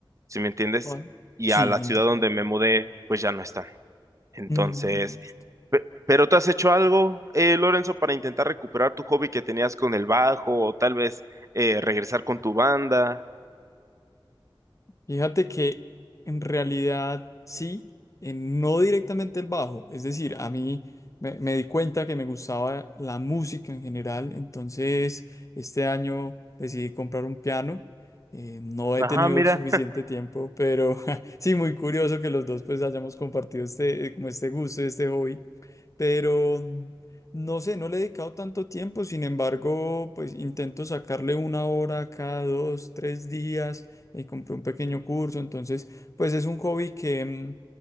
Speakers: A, on the right; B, on the left.
A: ¿sí me entiendes?
B: Vale.
A: Y
B: Sí,
A: a la
B: entiendo.
A: ciudad donde me mudé, pues ya no están. Entonces,
B: Mm, listo.
A: pe- ¿pero tú has hecho algo, eh, Lorenzo, para intentar recuperar tu hobby que tenías con el bajo o tal vez eh, regresar con tu banda?
B: Fíjate que en realidad sí, eh, no directamente el bajo, es decir, a mí me, me di cuenta que me gustaba la música en general, entonces este año decidí comprar un piano. Eh, no he
A: Ajá,
B: tenido
A: mira.
B: suficiente tiempo, pero <laughs> sí, muy curioso que los dos pues hayamos compartido este, eh, como este gusto, este hobby. pero no sé, no le he dedicado tanto tiempo, sin embargo, pues intento sacarle una hora cada dos, tres días, y compré un pequeño curso, entonces, pues es un hobby que, mm,